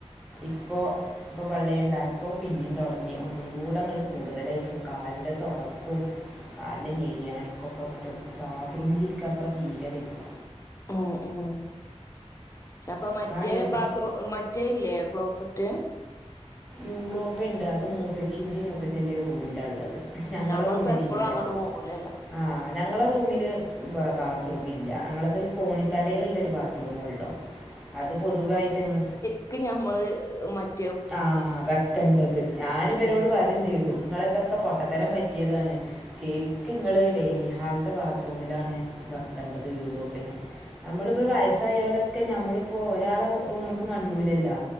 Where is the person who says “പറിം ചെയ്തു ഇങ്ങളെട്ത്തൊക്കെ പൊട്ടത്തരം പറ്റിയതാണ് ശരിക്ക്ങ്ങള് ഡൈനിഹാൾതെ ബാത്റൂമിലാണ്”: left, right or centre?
Centre